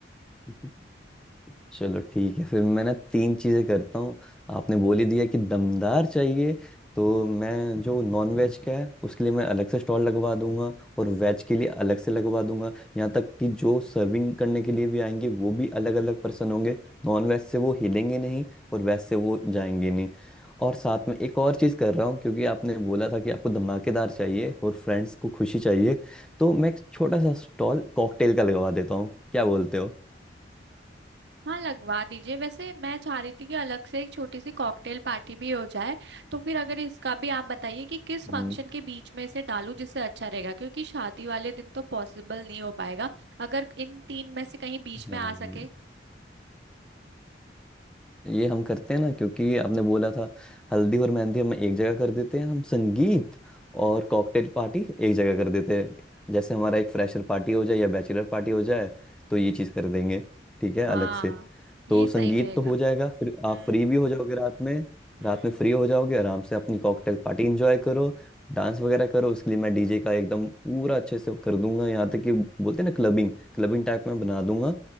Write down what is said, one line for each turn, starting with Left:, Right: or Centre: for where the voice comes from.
Centre: हम्म। चलो ठीक है फिर मैं ना तीन चीजें करता हूँ आपने
Right: हम्म,
Centre: बोल ही दिया कि दमदार चाहिए तो मैं जो नॉन वेज का है उसके लिए मैं अलग से स्टॉल लगवा दूंगा और
Right: हम्म,
Centre: वेज के लिए अलग से लगवा दूंगा यहाँ तक कि जो सर्विंग करने के लिए भी आएंगे वो भी अलग अलग पर्सन होंगे नॉन वेज से वो हिलेंगे नहीं और वेज से वो जाएंगे नहीं और साथ में एक और चीज़ कर रहा हूँ क्योंकि आपने बोला था कि आपको धमाकेदार चाहिए और फ्रेंड्स को खुशी चाहिए तो
Right: हम्म।
Centre: मैं एक छोटा सा स्टॉल कॉकटेल का लगवा देता हूँ क्या बोलते हो
Right: हाँ लगवा दीजिए वैसे मैं चाह रही थी कि अलग से एक छोटी सी कॉकटेल पार्टी भी हो जाए तो फिर अगर इसका भी आप बताइए कि किस
Centre: अच्छा,
Right: फंक्शन के बीच में इसे डालूं जिससे अच्छा रहेगा क्योंकि शादी वाले दिन तो पॉसिबल नहीं हो पाएगा अगर इन तीन में से कहीं बीच
Centre: हाँ,
Right: में आ सके
Centre: ये हम करते हैं ना क्योंकि आपने बोला था हल्दी और मेहंदी हम एक जगह कर देते हैं हम संगीत
Right: हम्म, हम्म,
Centre: और कॉकटेल पार्टी एक जगह कर देते हैं जैसे हमारा एक फ्रेशर पार्टी हो जाए या बैचलर पार्टी हो जाए तो ये चीज़ कर देंगे ठीक है अलग
Right: हाँ
Centre: से
Right: ये
Centre: तो संगीत
Right: सही रहेगा
Centre: तो हो जाएगा फिर आप
Right: हम्म,
Centre: फ्री भी हो जाओगे रात में
Right: हम्म।
Centre: रात में फ्री हो जाओगे आराम से अपनी कॉकटेल पार्टी एंजॉय करो डांस वगैरह करो उसके लिए मैं डीजे का एकदम पूरा अच्छे से कर दूंगा यहाँ तक कि बोलते हैं ना क्लबिंग क्लबिंग टाइप में बना दूंगा